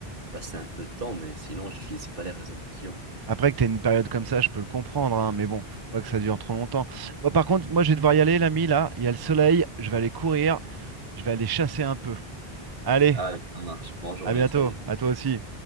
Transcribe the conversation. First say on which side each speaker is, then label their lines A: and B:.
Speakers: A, on the right; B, on the right.
A: passer un peu de temps, mais sinon, j'utilise pas les réseaux sociaux.
B: Après que tu une période comme ça, je peux le comprendre, hein, mais bon, faut pas que ça dure trop longtemps. Moi, par contre, moi, je vais devoir y aller, l'ami, là. Il y a le soleil, je vais aller courir, je vais aller chasser un peu. Allez,
A: Allez, ça marche. Bonne journée,
B: à bientôt,
A: salut.
B: à toi aussi.